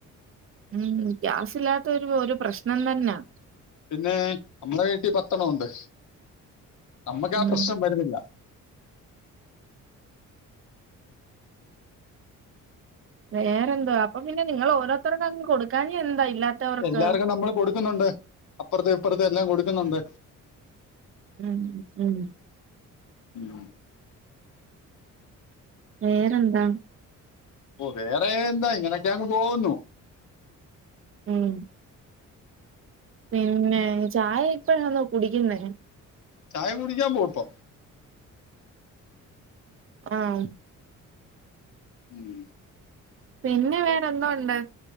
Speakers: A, on the right (about 40°); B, on the left (about 60°).
A: ഉം ഗ്യാസില്ലാത്ത ഒരു ഒരു പ്രശ്നം തന്നാ
B: പിന്നേ നമ്മളെ വീട്ടി പത്തെണ്ണ ഒണ്ട് നമ്മക്കാ
A: ഉം
B: പ്രശ്നം വരുന്നില്ല
A: വേറെന്തുവാ അപ്പൊ പിന്നെ നിങ്ങള് ഓരോരുത്തർക്കങ്ങ് കൊടുക്കാഞ്ഞ എന്താ ഇല്ലാത്തവർക്ക്
B: എല്ലാർക്കും നമ്മള് കൊടുക്കുന്നുണ്ട് അപ്പുർത്ത് ഇപ്പുർത്ത് എല്ലാം കൊടുക്കുന്നുണ്ട്
A: ഉം ഉം
B: ഉം
A: വേറെന്താ
B: ഓഹ് വേറെ എന്താ ഇങ്ങനെയൊക്കെയങ്ങ് പോകുന്നു
A: ഉം പിന്നേ ചായ ഇപ്പഴാന്നോ കുടിക്കുന്നേ
B: ചായ കുടിക്കാൻ പോവും പ്പം
A: ആഹ്
B: ഉം
A: പിന്നേ വേറൊന്തോണ്ട്?